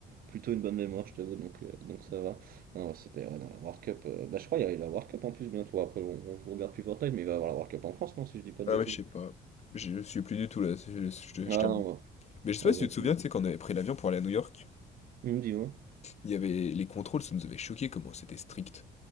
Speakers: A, on the right; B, on the left.
A: plutôt une bonne mémoire, je t'avoue, donc, euh, donc ça va. Non, ouais, c'était ouais, dans la World Cup. euh, Bah, je crois qu'il y avait la World Cup en plus bientôt. Après, on, on regarde plus Fortnite, mais il va y avoir la World Cup en France, non, si je dis pas
B: Ah
A: de bêtises.
B: ouais, je sais pas. Je suis plus du tout là, c'est- je te-
A: Ah,
B: je
A: non,
B: t'avoue.
A: ouais.
B: Mais je sais
A: Ah,
B: pas si
A: bah,
B: tu te
A: plus.
B: souviens, tu sais, quand on avait pris l'avion pour aller à New York,
A: Dis-moi.
B: il y avait les contrôles, ça nous avait choqué comment c'était strict.